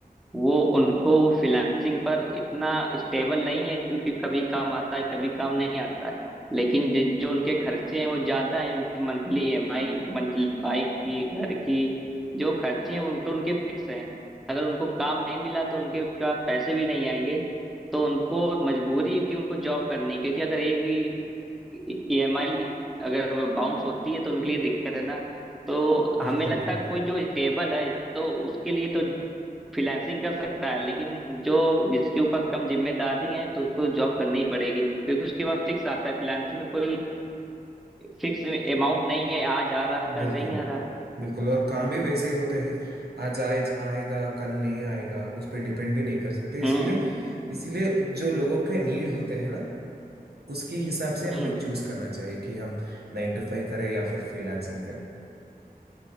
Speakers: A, in the centre; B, on the right.
A: वो उनको वो फ्रीलांसिंग पर इतना स्टेबल नहीं है क्योंकि कभी काम आता है कभी काम नहीं आता है लेकिन जि- जो उनके खर्चे हैं वो ज्यादा हैं उनकी मंथली ईएमआई मंथली बाइक की घर की जो खर्चे हैं वो तो उनके फिक्स हैं अगर उनको काम नहीं मिला तो उनके पास पैसे भी नहीं आएंगे तो उनको मजबूरी है कि उनको जॉब करनी है, क्योंकि अगर एक भी ईएमआई अगर बाउंस होती है तो उनके लिए दिक्कत है ना तो हमें
B: बिल्कुल
A: लगता
B: बिल्कुल
A: है कोई जो स्टेबल है तो उसके लिए तो फ्रीलांसिंग कर सकता है लेकिन जो जिसके ऊपर कम जिम्मेदारी है तो उसको जॉब करनी ही पड़ेगी क्योंकि उसके पास फिक्स आता है फ्रीलांसिंग में कोई फिक्स अमाउंट नहीं है आज आ रहा कल
B: बिल्कुल
A: नहीं आ रहा
B: बिल्कुल और काम भी वैसे ही होता है आज आए आएगा कल नहीं आएगा उस पर डिपेंड भी नहीं कर सकते इसीलिए
A: हम्म
B: इसीलिए जो लोगों के नीड होते हैं ना उसके हिसाब से हमें
A: हम्म
B: चूज करना चाहिए कि हम नाइन टू फाइव करें या फिर फ्रीलांसिंग करें